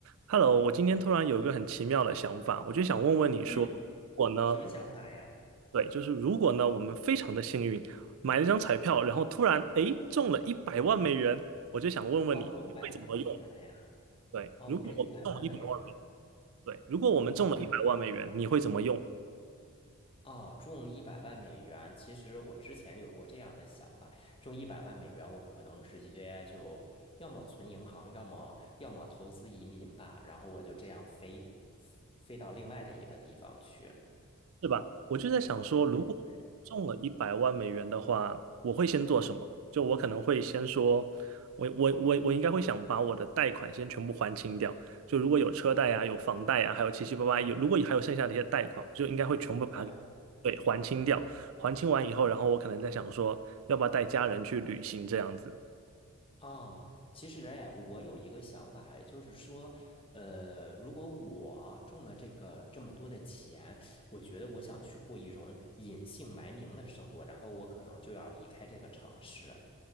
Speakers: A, on the right; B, on the left.
A: Hello，我今天突然有一个很奇妙的想法，我就想问问你说，
B: 嗯，
A: 我呢，
B: 什么想法呀？
A: 对，就是如果呢，我们非常的幸运，买了一张彩票，然后突然诶中了一百万美元，我就想问问你，
B: 哦，
A: 你会怎么用？
B: 一百万美元呀！
A: 对，
B: 哦，
A: 如果我们中了一百万美元，
B: 这一百万美元，
A: 对，如果我们中了一百万美元，
B: 哦
A: 你会怎么用？
B: 哦，中一百万美元。其实我之前有过这样的想法，中一百万美元，我可能直接就要么存银行，要么要么投资移民吧。然后我就这样飞飞到另外的一个地方去。
A: 是吧？我就在想说，如果中了一百万美元的话，
B: 对。
A: 我会先做什么？就我可能会先说，我我我我应该会想把我的贷款先全部还清掉。就如果有车贷啊，有房贷啊，还有七七八八，有如果还有剩下的一些贷款，我就应该会全部把它给
B: 对啊
A: 对还清掉。还清完以后，然后我可能在想说，要不要带家人去旅行这样子。
B: 啊，其实哎，我有一个想法，就是说，呃，如果我中了这个这么多的钱，我觉得我想去过一种隐姓埋名的生活，然后我可能就要离开这个城市。